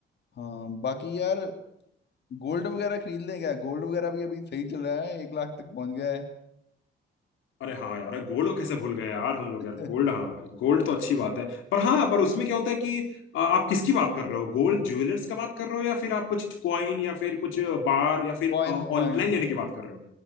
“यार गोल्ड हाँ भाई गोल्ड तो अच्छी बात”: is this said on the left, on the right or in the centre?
Left